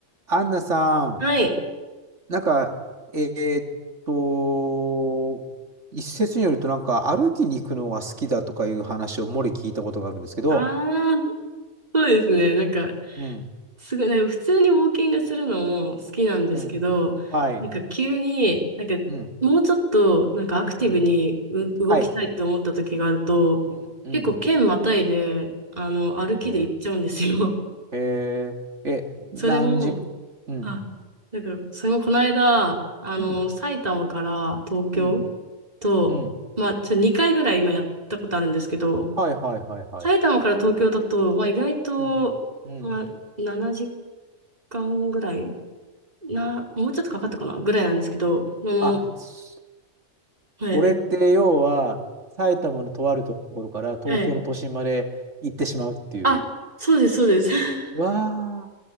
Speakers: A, on the right (about 80°); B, on the right (about 35°).
A: アンナさん、
B: はい。
A: なんか、えーっと、一説によると、なんか、歩きに行くのが好きだとかいう話を漏れ聞いたことがあるんですけど、
B: ああ、そうですね。なんか、
A: うん、
B: すごい、なんか普通にウォーキングするのも好きなんですけど、
A: うん、はい、
B: なんか急に、なんか、
A: うん、
B: もうちょっと、なんかアクティブにう動きたいって思った時があると、
A: うん、はい、うん、うん。
B: 結構県またいで、あの、歩きで行っちゃうんですよ。
A: で、えー、え、
B: <laughs>
A: 何時、
B: それも、
A: うん、
B: あ、なんか、それもこの間、あの、
A: うん、
B: 埼玉から東京
A: うん、
B: と、
A: うん、
B: まあ、ちょ、2回ぐらい今やったことあるんですけど、
A: はい、はい、はい、はい、
B: 埼玉から東京だと、まあ、意外と、
A: うん、うん。
B: まあ、7時間ぐらいな、もうちょっとかかったかなぐらいなんですけど、その、
A: あ、そ
B: はい、
A: それって要は、埼玉のとあるところから東京の都心まで行ってしまうっていう。
B: はい。あ、そうです、そうです。<laughs>
A: わあ。